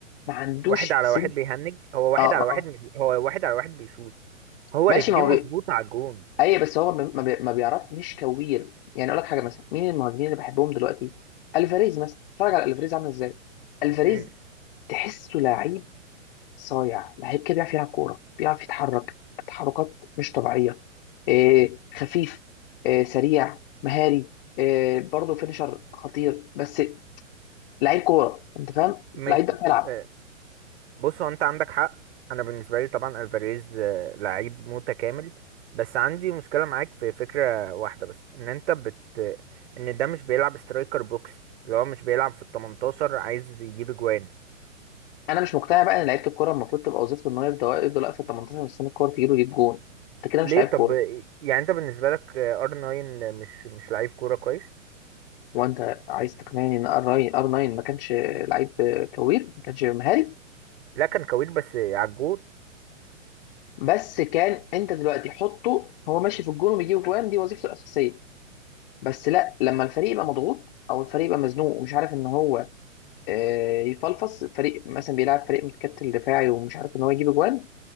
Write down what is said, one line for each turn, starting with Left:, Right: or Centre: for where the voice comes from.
Left: ما عندوش
Right: واحد على
Left: سن
Right: واحد بيهنج هو واحد
Left: اه
Right: على
Left: اه
Right: واحد مش هو واحد على واحد بيشوط هو
Left: ماشي
Right: رجليه
Left: ما هو
Right: مظبوطة على الجون
Left: اي بس هو ما بي- ما بيعرف مش كوير يعني اقول لك حاجه مثلا مين المهاجمين اللي بحبهم دلوقتي الفاريز مثلا اتفرج على الفاريز عامل ازاي الفاريز
Right: مم.
Left: تحسه لعيب صايع لعيب كده بيعرف يلعب كوره بيعرف يتحرك تحركات مش طبيعيه إيه خفيف إيه سريع مهاري إيه برضه فينيشر خطير بس لعيب كوره انت فاهم
Right: ماشي
Left: لعيب ده بيلعب
Right: آه، بص هو انت عندك حق انا بالنسبه لي طبعا الفاريز آه، لعيب متكامل بس عندي مشكله معاك في فكره واحده بس ان انت بت ان ده مش بيلعب سترايكر بوكس اللي هو مش بيلعب في ال 18 عايز يجيب اجوان
Left: انا مش مقتنع بقى ان لعيبه الكوره المفروض تبقى وظيفته ان هو يفضل يفضل واقف في 18 سنه الكوره تجيله يجيب جون انت كده مش
Right: ليه
Left: لعيب كوره
Right: طب يعني انت بالنسبه لك ار 9 مش مش لعيب كوره كويس
Left: هو انت عايز تقنعني ان ار 9 ما كانش لعيب كوير ما كانش مهاري
Right: لا كان كوير بس على الجول
Left: بس كان انت دلوقتي حطه هو ماشي في الجون وبيجيب جوان دي وظيفته الاساسيه بس لا لما الفريق يبقى مضغوط او الفريق يبقى مزنوق ومش عارف ان هو آه، يفلفص فريق مثلا بيلعب فريق متكتل دفاعي ومش عارف ان هو يجيب جوان